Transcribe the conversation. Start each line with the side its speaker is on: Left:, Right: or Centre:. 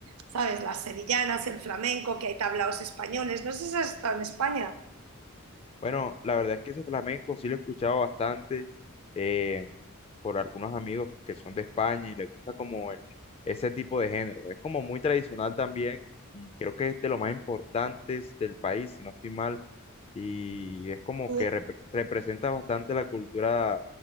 Right: ¿Sabes? Las sevillanas, el flamenco, que hay tablaos españoles. No sé si has estado en España.
Left: Bueno, la verdad es que ese flamenco sí lo he escuchado bastante eh, por algunos amigos que son de España y les gusta como el, ese tipo de género. Es como muy tradicional también y creo que es de lo más importantes del país, si no estoy mal y es como
Right: Sí.
Left: que repre- representa bastante la cultura